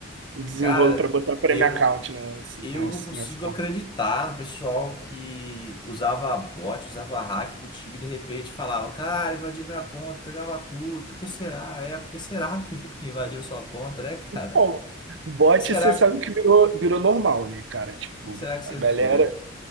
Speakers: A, on the right; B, on the left.
A: Um Desenrolo
B: cara,
A: pra botar prêmio
B: eu
A: account nas,
B: eu
A: nas,
B: não consigo
A: nas contas.
B: acreditar no pessoal que usava bot, usava hack com o time e de repente falava, cara, invadiu minha conta, pegava tudo, por que será? É, por que será que, que invadiram sua conta, né, cara?
A: Bom, bot,
B: O que que será,
A: você sabe que virou, virou normal, né, cara? Tipo,
B: que que será que você
A: a galera,
B: fez?